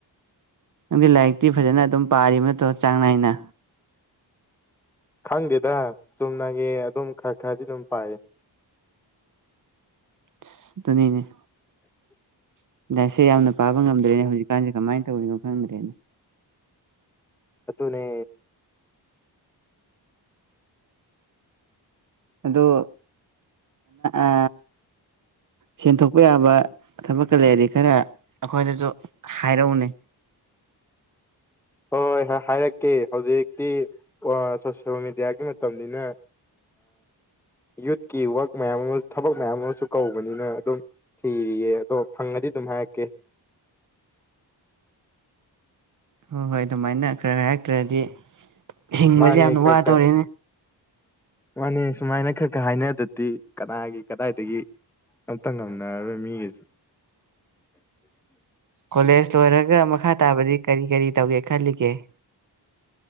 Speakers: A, on the right; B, in the centre.
A: ꯅꯪꯗꯤ ꯂꯥꯏꯔꯤꯛꯇꯤ ꯐꯖꯅ ꯑꯗꯨꯝ ꯄꯥꯔꯤꯕ ꯗꯣ ꯆꯥꯡ ꯅꯥꯏꯅ
B: ꯈꯪꯗꯦꯗ ꯆꯨꯝꯅꯒꯤ ꯑꯗꯨꯝ ꯈꯔ ꯈꯔꯗꯤ ꯑꯗꯨꯝ ꯄꯥꯏꯌꯦ꯫
A: <unintelligible> ꯗꯨꯅꯤꯅꯦ꯫ <unintelligible> ꯑꯦ ꯌꯥꯝꯅ ꯄꯥꯕ ꯉꯝꯗ꯭ꯔꯦꯅꯦ ꯍꯧꯖꯤꯛꯀꯥꯟꯁꯦ ꯀꯃꯥꯏꯅ ꯇꯧꯔꯤꯅꯣ ꯈꯪꯗꯦꯅꯦ
B: ꯑꯗꯨꯅꯦ
A: ꯑꯗꯨ ꯑ ꯁꯦꯟꯊꯣꯛꯄ ꯌꯥꯕ ꯊꯕꯛꯀ ꯂꯩꯔꯗꯤ ꯈꯔ ꯑꯩꯈꯣꯏꯗꯁꯨ ꯍꯥꯏꯔꯛꯎꯅꯦ
B: ꯍꯣꯏ ꯍꯣꯏ ꯍꯥꯏꯔꯛ ꯀꯦ ꯍꯧꯖꯤꯛꯇꯤ ꯑ ꯁꯣꯁꯦꯜ ꯃꯦ ꯃꯦꯗꯤꯌꯥꯒꯤ ꯃꯇꯝꯅꯤꯅ ꯌꯨꯠꯀꯤ ꯋꯥꯛ ꯃꯌꯥꯝ ꯑꯃꯁ ꯊꯕꯛ ꯃꯌꯥꯝ ꯑꯃꯁꯨ ꯀꯧꯕꯅꯤꯅ ꯑꯗꯨꯝ ꯊꯤꯔꯤꯌꯦ ꯑꯗꯣ ꯐꯪꯉꯗꯤ ꯑꯗꯨꯝ ꯍꯥꯏꯔꯛꯀꯦ
A: ꯍꯣꯏ ꯍꯣꯏ ꯑꯗꯨꯃꯥꯏꯅ ꯈꯔ ꯈꯔ ꯍꯥꯏꯔꯛꯇ꯭ꯔꯗꯤ ꯍꯤꯡꯕꯁꯦ
B: ꯃꯥꯅꯦ
A: ꯌꯥꯝꯅ
B: ꯈꯔ
A: ꯋꯥꯗꯣꯔꯦꯅꯦ
B: ꯈꯔ ꯃꯥꯅꯦ ꯁꯨꯃꯥꯏꯅ ꯈꯔ ꯈꯔ ꯍꯥꯏꯅꯗꯗꯤ ꯀꯅꯥꯒꯤ ꯀꯗꯥꯏꯗꯒꯤ ꯑꯝꯇ ꯉꯝꯅꯔꯔꯣꯏ ꯃꯤꯒꯩꯁꯤ
A: ꯀꯣꯂꯦꯖ ꯂꯣꯏꯔꯒ ꯃꯈꯥ ꯇꯥꯕꯗꯤ ꯀꯔꯤ ꯀꯔꯤ ꯇꯧꯒꯦ ꯈꯜꯂꯤꯒꯦ <inaudible>